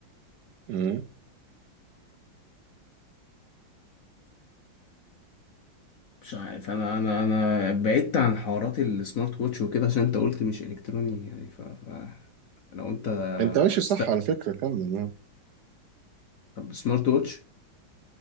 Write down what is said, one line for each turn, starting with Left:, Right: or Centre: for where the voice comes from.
Right: مم.
Left: مش عارف انا انا انا بعدت عن حوارات السمارت ووتش وكده عشان انت قلت مش الكتروني يعني ف, ف... لو انت
Right: انت ماشي صح
Left: استنى
Right: على فكره كمل آه.
Left: طب سمارت ووتش